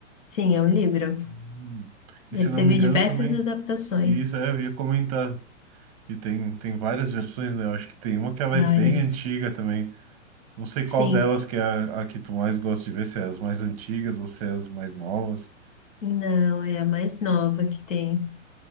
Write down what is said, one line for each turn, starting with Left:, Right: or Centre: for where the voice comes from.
Left: Sim, é um livro.
Right: Hum. E
Left: Ele
Right: se eu não
Left: teve
Right: me engano
Left: diversas
Right: também.
Left: adaptações,
Right: E isso, é, eu ia comentar. E tem, tem várias versões, né? Eu acho que tem uma que ela
Left: várias.
Right: é bem antiga também. Não sei
Left: Sim,
Right: qual delas que é a, a que tu mais gosta de ver, se é as mais antigas ou se é as mais novas.
Left: não, é a mais nova que tem.